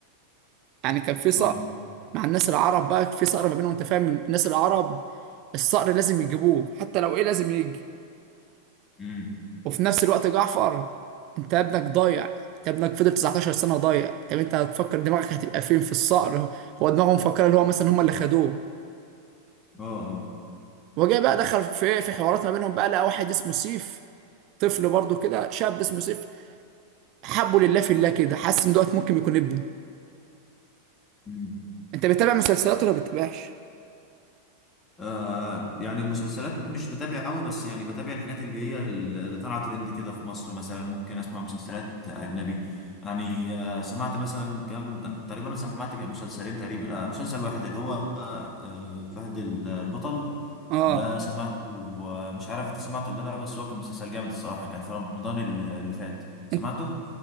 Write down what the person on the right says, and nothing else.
يعني كان في صقر
مع الناس العرب بقى في صقر ما بينهم انت فاهم الناس العرب الصقر لازم يجيبوه حتى لو ايه لازم يجي
وفي نفس الوقت جعفر انت ابنك ضايع انت ابنك فضل 19 سنة ضايع طب انت هتفكر دماغك هتبقى فين في الصقر هو دماغهم مفكرة اللي هو مثلا هم اللي خدوه
وجاي بقى دخل في ايه، في حوارات ما بينهم بقى لقى واحد اسمه سيف طفل برضه كده شاب اسمه سيف حبه لله في الله كده حاسس ان دوت ممكن يكون ابنه
انت بتتابع مسلسلات ولا بتتابعش
اه
انت